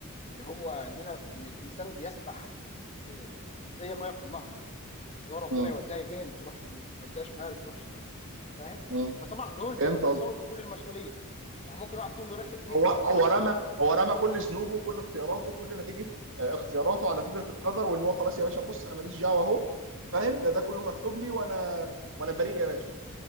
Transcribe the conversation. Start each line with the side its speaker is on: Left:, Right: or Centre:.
Left: اللي هو اننا ان الانسان بيسبح آه، زي ميه في النهر كده اللي هو ربنا
Right: م.
Left: يوديها يمين تروح يمين يوديها شمال تروح شمال فاهم
Right: م.
Left: فطبعا دول بيتنصلوا
Right: فهمت قصدي
Left: من كل المسؤوليه يعني ممكن واحد فيهم يروح يهدم
Right: هو هو
Left: الكعبه
Right: رمى
Left: يقول لك
Right: هو رمى كل ذنوبه وكل اختياراته وكل نتيجه آه، اختياراته على فكره القدر وان هو خلاص يا باشا بص انا ماليش دعوه اهو فاهم ده ده كله مكتوب لي وانا وانا بريء يا باشا